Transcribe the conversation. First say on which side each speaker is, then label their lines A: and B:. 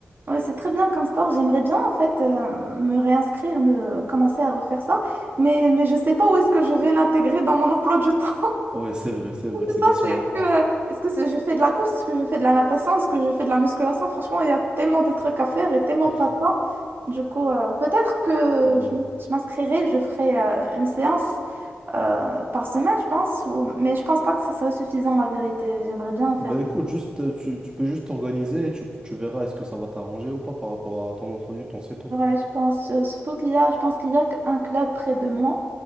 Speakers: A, on the right (about 50°); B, on the right (about 20°).
A: ouais, c'est très bien comme sport. J'aimerais bien en fait euh, me réinscrire, me commencer à refaire ça, mais, mais je sais pas où est-ce que je vais l'intégrer dans mon emploi du <laughs> temps.
B: Ouais, c'est vrai, c'est
A: Je
B: vrai,
A: sais
B: c'est
A: pas,
B: question
A: c'est, est-ce
B: de temps.
A: que, est-ce que c'est- je fais de la course, est-ce que je fais de la natation, est-ce que je fais de la musculation? Franchement, il y a tellement de trucs à faire et tellement
B: <laughs>
A: pas de temps. Du coup, euh, peut-être que
B: C'est vrai.
A: je, je m'inscrirai, je ferai euh, une séance euh, par semaine, je pense, ou- mais je pense pas que ce serait suffisant, la vérité. J'aimerais bien en faire.
B: Bah écoute, juste, euh, tu, tu peux juste t'organiser et tu, tu verras est-ce que ça va t'arranger ou pas par rapport à ton emploi du temps, c'est tout.
A: Ouais, je pense, euh, surtout qu'il y a, je pense qu'il y a un club près de moi